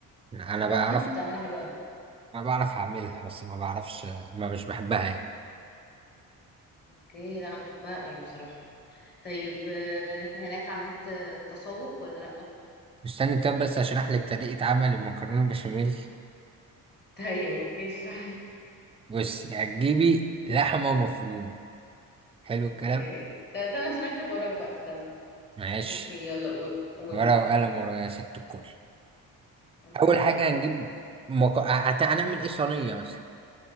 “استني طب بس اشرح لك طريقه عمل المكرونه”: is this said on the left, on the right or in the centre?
Right